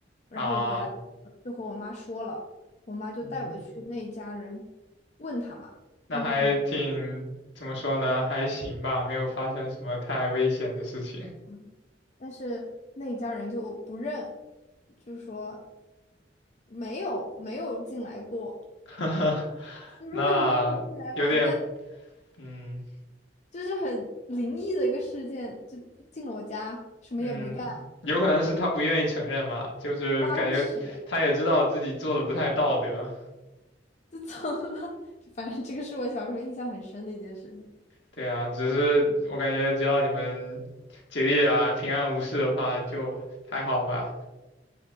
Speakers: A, on the left; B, on the left.
A: 然后我回来
B: 啊。
A: 就和我妈说了，我妈就带我去那家人
B: 嗯，
A: 问他嘛，
B: 那还挺，
A: 问他里。
B: 怎么说呢？还行吧，没有发生什么太危险的事情。
A: 嗯但是那一家人就不认，就说没有没有进来过。
B: <laughs>
A: 如果是你没有进来过，
B: 那有点，
A: 那
B: 嗯
A: 就是很灵异的一个事件，就他进了我家，什么也没干，
B: 嗯，有可能是他不愿意承认嘛，就是感觉他也知道自己做的不太道德。
A: 拉了个屎就走了。<laughs> 就反正这个是我小时候印象很深的一件事情。
B: 对啊，只是我感觉只要你们姐弟俩平安无事的话，就还好吧。